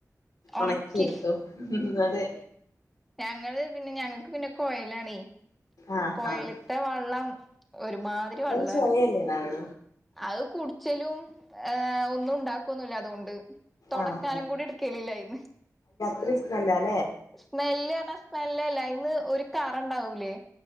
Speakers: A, in the centre; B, on the left (about 80°).
A: ഒണക്കി
B: ഒണക്കിയെടുത്തു അതെ
A: ഞങ്ങള് പിന്നെ ഞങ്ങക്ക് പിന്നെ കോയലാണെ
B: ആഹ്
A: കോയിലത്തെ
B: ആഹ്
A: വള്ളം ഒരുമാതിരി വെള്ളാണ്
B: ഒരു ചൊയല്ലേടാ അത്
A: അത് കുടിച്ചലും ഏഹ് ഒന്നുണ്ടാക്കൊന്നില്ല അതോണ്ട് തൊടക്കാനും
B: ആഹ്
A: കൂടി എടുക്കലില്ലയിന്ന്
B: ഒരിസ്മെല്ലാൽ
A: സ്മെല്ല് അർഞ്ഞാ സ്മെല്ലല്ലാ അയിന്ന് ഒരു കറണ്ടാവൂലേ